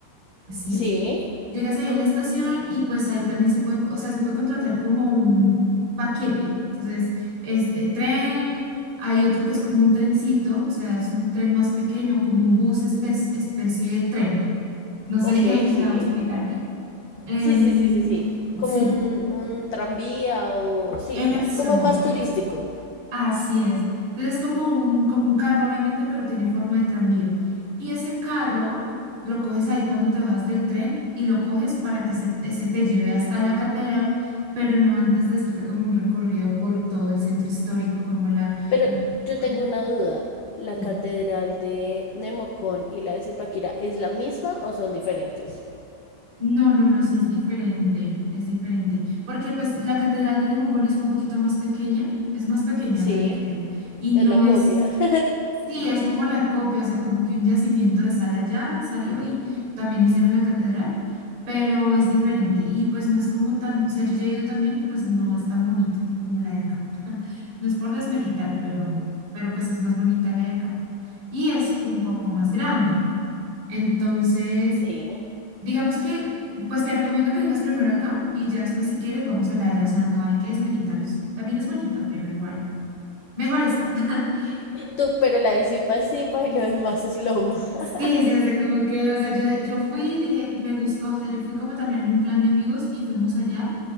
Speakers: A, on the right; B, on the left.
A: Así.
B: sí,
A: Llegas ahí a la estación y pues ahí también se puede, co- o sea, se puede contratar como un paquete. Entonces, este tren, hay otro que es como un trencito, o sea, es un tren más pequeño, como un bus espe- especie de tren. No sé
B: ok,
A: <laughs> si
B: sí.
A: me hago explicar. Em,
B: Sí, sí, sí, sí, sí. Como
A: sí,
B: un, un tranvía o sí,
A: eso,
B: como más turístico.
A: así es. Entonces es como un, como un carro, obviamente, pero tiene forma de tranvía. Y ese carro lo coges ahí cuando te bajas del tren y lo coges para que se, ese te lleve hasta la catedral, pero no antes de hacerte como un recorrido por todo el centro histórico, como la...
B: Pero
A: la-
B: yo
A: ah,
B: tengo una duda. ¿La
A: sí.
B: catedral de Nemocón y la de Zipaquirá es la misma o son diferentes?
A: No, no, no, sí es diferente, es diferente, porque pues la Catedral de Nemocón es un poquito más pequeña, es más pequeña
B: Sí,
A: realmente, y no
B: es la
A: es,
B: copia. <laughs>
A: sí, es como la copia, o sea, como que un yacimiento de sal allá salió y también hicieron la catedral, pero es diferente, y pues no es como tan, o sea, yo ya he ido también y pues no es tan bonita como la de acá, <laughs> no es por desmeritar, pero, pero pues es más bonita la de acá, y es un poco más grande. Entonces,
B: Sí,
A: Digamos que, pues te recomiendo que vengas primero acá y ya después si quieres vamos a la de allá, o sea, no hay que desmeritar. También es bonita, pero igual, mejor esta. <laughs>
B: Tú, pero la de Zipa es Zipa y lo demás es Loma. <laughs>
A: Sí, sí, o sea, como que, o sea, yo, yo fui, dije, me gustó, o sea, yo fui como también en un plan de amigos y fuimos allá